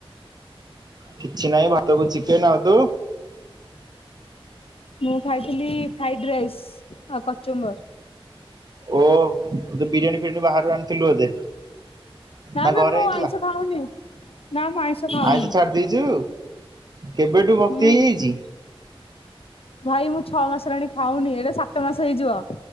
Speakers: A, on the right (about 45°); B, on the left (about 75°).
A: କିଛି ନାହିଁ ଭାତକୁ ଚିକେନ୍ ଆଉ ତୁ
B: ମୁଁ ଖାଇଥିଲି ଫ୍ରାଇଡ ରାଇସ୍ ଆଉ କଚୁମ୍ବର।
A: ଓଃ ତୁ ତ ବିରିୟାନି <unintelligible> ବାହାରୁ ଆଣିଥିଲୁ ବୋଧେ
B: ନାଇଁ
A: ନା
B: ବେ
A: ଘରେ
B: ମୁଁ
A: ହେଇଥିଲା?
B: ଆଇଁଷ ଖାଉନି। ନା ମୁଁ ଖାଉନି।
A: ଆଇଁଷ ଛାଡି ଦେଇଚୁ? କେବେଠୁ ଭକ୍ତି
B: ହୁଁ
A: ହେଇଯାଇଚି?
B: ଭାଇ ମୁଁ ଛଅ ମାସ ହେଲାଣି ଖାଉନି। ଏଇଟା ସାତ ମାସ ହେଇଯିବ।